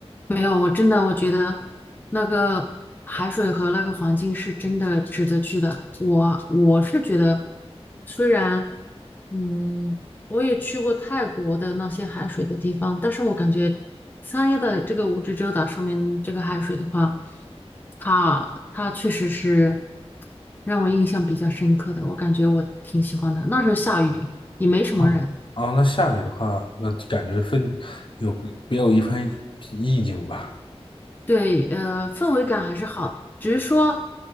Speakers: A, on the left (about 15°); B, on the left (about 50°).
A: 没有，我真的我觉得那个海水和那个环境是真的值得去的。我我是觉得，虽然嗯我也去过泰国的那些海水的地方，但是我感觉三亚的这个蜈支洲岛上面这个海水的话，它它确实是让我印象比较深刻的，我感觉我挺喜欢的。那时候下雨，也没什么人，
B: 啊，啊那下雨的话，那感觉分有个别有一番意境吧，
A: 对，呃，氛围感还是好，只是说，